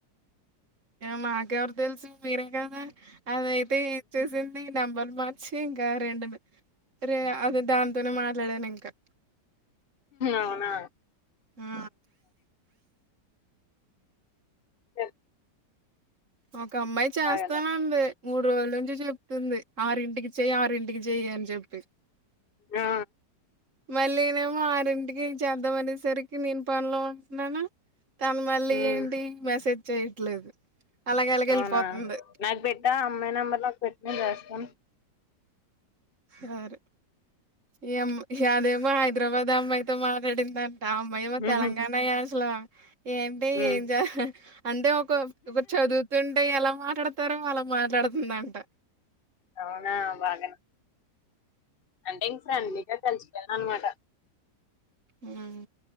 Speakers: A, on the right; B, on the left.
A: మాకెవరు తెల్సు మీరే కదా అదయితే ఏం చేసింది నెంబర్ మార్చి ఇంకా రెండు రే అదే దాంతోనే మాట్లాడాను ఇంకా
B: అవునా
A: ఆ
B: అయితే
A: ఓ ఒక అమ్మాయి చేస్తానంది.
B: బాగానే ఉంది.
A: మూడు రోజుల నుంచి చెప్తుంది ఆరింటికి చెయ్యి ఆరింటికి చెయ్యి అని చెప్పి
B: ఆ
A: మళ్ళీనేమో ఆరింటికి చేద్దాంమనేసరికి నేను పనిలో ఉంటున్నాను తను మళ్ళీ
B: హ్మ్.
A: ఏంటి మెసేజ్ చేయట్లేదు అలాగ అలాగ
B: అవునా
A: వెళ్ళిపోతుంది
B: నాక్ పెట్ ఆ అమ్మాయి నెంబర్ నాకు పెట్టు నేన్ చేస్తాను
A: సరే ఈ అమ్మ యాదేమో హైదరాబాద్ అమ్మాయితో మాట్లాడిందని ఆ అమ్మాయేమో
B: హుహుహు.
A: తెలంగాణ యాసలో ఏంటి
B: హ్మ్.
A: ఎంజాయ్ అంటే ఒకరూ చదువుతుంటే ఎలా మాట్లాడతారో అలా మాట్లాడుతుందంట
B: అవునా బాగనె అంటే ఇస్ ఫ్రెండ్లీ కలిసిపోయారు అన్మాట
A: ఉమ్